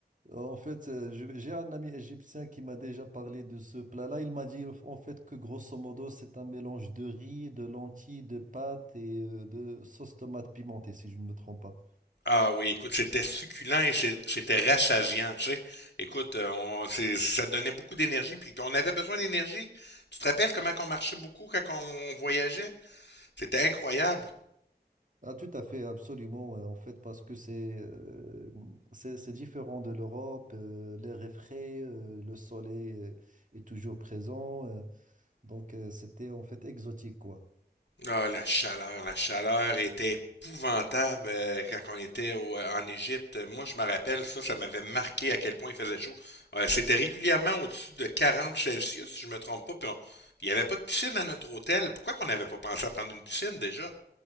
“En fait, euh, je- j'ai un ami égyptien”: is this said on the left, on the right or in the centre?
Right